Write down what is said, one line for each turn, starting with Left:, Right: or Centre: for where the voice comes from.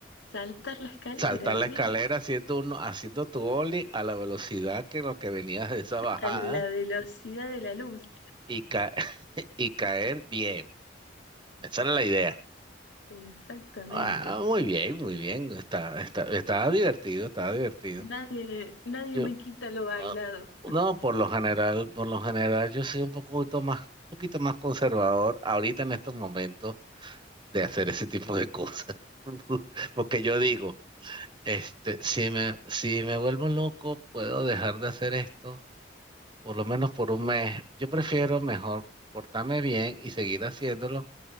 Left: Saltar la escalera,
Right: saltar la escalera
Left: sí,
Right: haciendo uno, haciendo tu ollie a la velocidad que lo que venías de esa bajada
Left: a la velocidad de la luz,
Right: y ca- <laughs> y caer bien. Esa era la idea.
Left: exactamente.
Right: Ah, muy bien, muy bien. Está, está, está divertido, está divertido.
Left: Nadie, nadie
Right: Yo,
Left: me quita lo bailado.
Right: ah, no, por lo general, por lo general, yo soy un poquito más, un poquito más conservador ahorita en estos momentos de hacer ese tipo de cosas. <laughs> Porque yo digo, este, si me, si me vuelvo loco, puedo dejar de hacer esto, por lo menos por un mes. Yo prefiero mejor portarme bien y seguir haciéndolo